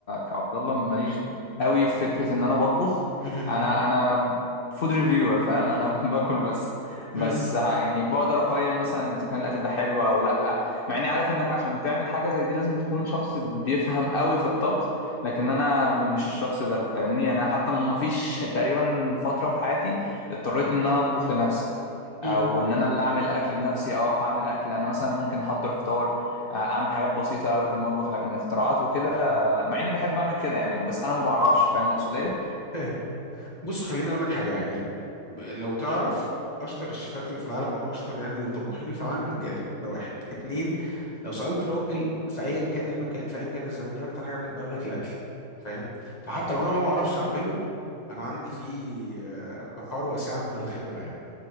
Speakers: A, on the left; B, on the left.
A: كعبد الله ماليش قوي في فكره ان انا بطبخ
B: مهم.
A: انا انا فود ريفيور فاهم انا <laughs> باكل بس بس
B: مم.
A: ه- يعني بقدر اقيم مثلا اذا كان الاكل ده حلو او لا مع اني عارف انك عشان تعمل حاجه زي دي لازم تكون شخص بيفهم قوي في الطبخ لكن انا م- مش الشخص ده فاهمني يعني انا حتى ما فيش تقريبا فتره في حياتي اضطريت ان انا اطبخ لنفسي
B: مم.
A: او ان انا اللي اعمل الاكل بنفسي او اقف اعمل اكل انا مثلا ممكن احضر فطار آه، اعمل حاجات بسيطه قوي في المطبخ لكن اختراعات وكده آه، لا مع اني بحب اعمل كده يعني بس انا ما بعرفش فاهم اقصد ايه
B: فاهم بص خليني اقول لك حاجه يعني لو تعرف اشطر الشيفات اللي في العالم او اشطر يعني الطباخين اللي في العالم رجاله ده واحد اتنين لو سالت راجل في ايا كان المكان في ايا كان الزمن ايه اكتر حاجه بتحبها يقول لك الاكل فاهم فحتى لو انا ما بعرفش اعمله انا عندي فيه آه، بحار واسعه من الخبره يعني